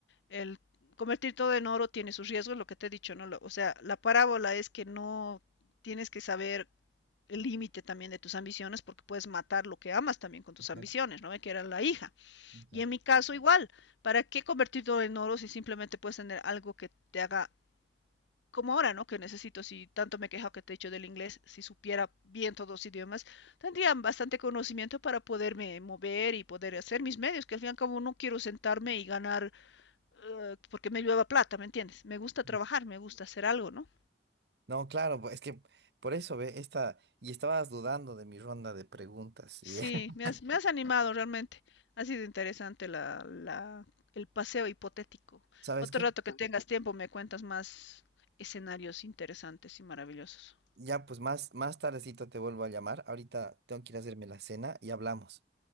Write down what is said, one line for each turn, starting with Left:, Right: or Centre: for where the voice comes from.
Left: El convertir todo en oro tiene sus riesgos, lo que te he dicho, ¿no? Lo- o sea, la parábola es que no tienes que saber el límite también de tus ambiciones porque puedes matar lo que amas también con tus
Right: exacto,
Left: ambiciones, ¿no? Que era la hija.
Right: exacto.
Left: Y en mi caso igual, ¿para qué convertir todo en oro si simplemente puedes tener algo que te haga como ahora, ¿no? Que necesito, si tanto me quejo que te he dicho del inglés, si supiera bien todos los idiomas, tendría bastante conocimiento para poderme mover y poder hacer mis medios, que al fin y al cabo no quiero sentarme y ganar uh, porque me llueva plata, ¿me entiendes? Me gusta
Right: Sí.
Left: trabajar, me gusta hacer algo, ¿no?
Right: No, claro, pues, es que por eso, ve, esta, y estabas dudando de mi ronda de preguntas.
Left: Sí,
Right: y <laughs>
Left: me has, me has animado realmente. Ha sido interesante la, la, el paseo hipotético.
Right: ¿Sabes
Left: Otro
Right: qué?
Left: rato que tengas tiempo me cuentas más escenarios interesantes y maravillosos.
Right: Ya, pues más, más tardecito te vuelvo a llamar. Ahorita tengo que ir a hacerme la cena y hablamos.